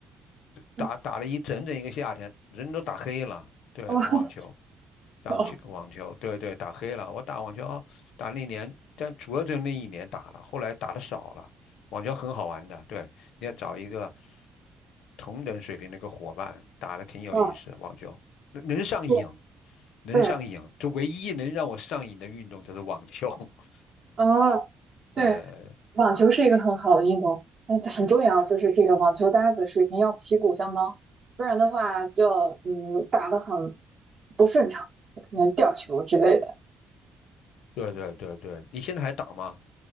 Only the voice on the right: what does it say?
嗯。
哦。
哦，
<laughs> 嗯，
是，
对，
哦，对，
网球是一个很好的运动，那很重要，就是这个网球搭子水平要旗鼓相当，不然的话就嗯打得很不顺畅，可能掉球之类的。